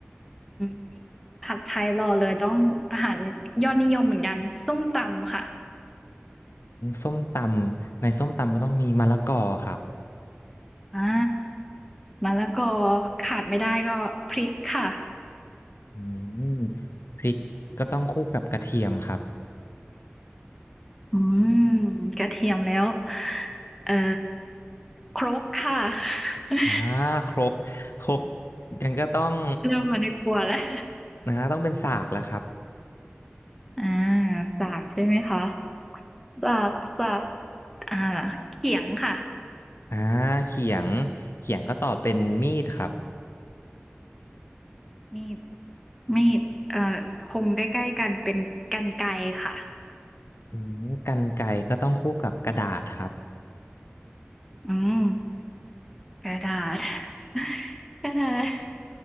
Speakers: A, in the centre; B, on the left.
A: ืมผัดไทยรอเลยต้องอาหารยอดนิยมเหมือนกันส้มตำค่ะ
B: ส้มตำในส้มตำก็ต้องมีมะละกอครับ
A: อามะละกอขาดไม่ได้ก็พริกค่ะ
B: อืมพริกก็ต้องคู่กับกระเทียมครับ
A: อืมกระเทียมแล้วเอ่อครกค่ะ <laughs>
B: อ่าครกครกยังก็ต้อง
A: เริ่มมาในครัวแล้ว
B: นะต้องเป็นสากแล้วครับ
A: อาสากใช่ไหมคะสากสากอ่าเขียงค่ะ
B: อ่าเขียงเขียงก็ต่อเป็นมีดครับ
A: มีดมีดมีดเอ่อคมใกล้ๆกันเป็นกรรไกรค่ะ
B: อืมกรรไกรก็ต้องคู่กับกระดาษครับ
A: อืมกระดาษ <laughs> กระดาษ